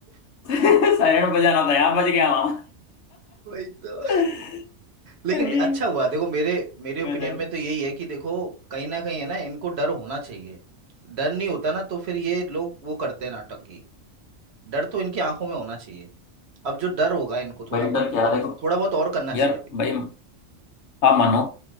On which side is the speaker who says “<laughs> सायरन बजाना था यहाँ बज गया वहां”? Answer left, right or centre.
Left